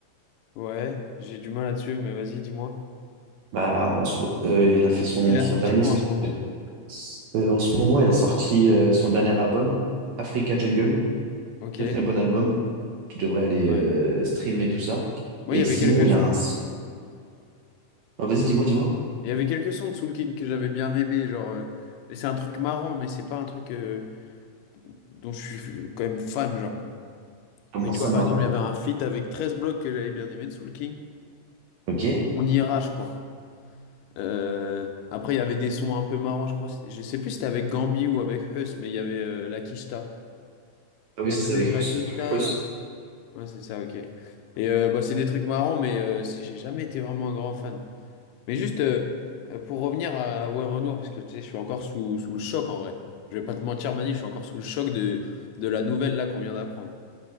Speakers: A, on the left; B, on the right.
A: ouais, j'ai du mal là-dessus, mais vas-y, dis-moi.
B: Bah, en ce- euh, il a fait son,
A: Il a
B: son
A: sorti
B: dernier.
A: quoi en ce moment?
B: euh, euh, en ce moment, il a sorti euh, son dernier album, Africa Jungle.
A: Ok,
B: Très très bon album. Tu devrais aller
A: ouais.
B: euh, streamer tout ça.
A: Moi,
B: Et
A: il y avait
B: sinon,
A: quelques
B: il y
A: sons.
B: a un. Ah, vas-y, dis-moi, dis-moi.
A: Il y avait quelques sons de Soul King que j'avais bien aimé, genre... euh, Mais c'est un truc marrant, mais c'est pas un truc euh, dont je suis quand même fan, genre.
B: Comment
A: Mais tu
B: ça,
A: vois, par
B: marron?
A: exemple, il y avait un feat avec 13 blocs que j'avais bien aimé de Soul King.
B: Ok.
A: On ira, je crois. Euh, après, il y avait des sons un peu marrants, je crois. c'était- Je sais plus si c'était avec Gambi ou avec Huss, mais il y avait euh, la Kishta.
B: Ah oui,
A: Eh,
B: ça,
A: donnez
B: c'est ça, avec
A: la
B: Hus.
A: Kishta!
B: Hus.
A: Ouais, c'est ça, ok. Et euh, bah, c'est des trucs marrants, mais euh, c'est- j'ai jamais été vraiment un grand fan. Mais juste euh, euh, pour revenir à Ouais Renoir, parce que tu sais, je suis encore sous, sous le choc en vrai. Je vais pas te mentir, Manif, je suis encore sous le choc de, de la nouvelle là qu'on vient d'apprendre.